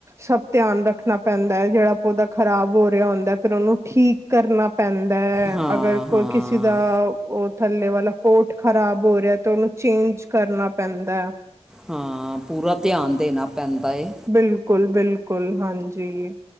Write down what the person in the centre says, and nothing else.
ਹਾਂ
ਹਾਂ
ਹਾਂ ਪੂਰਾ ਧਆਨ ਦੇਣਾ ਪੈਂਦਾ ਏ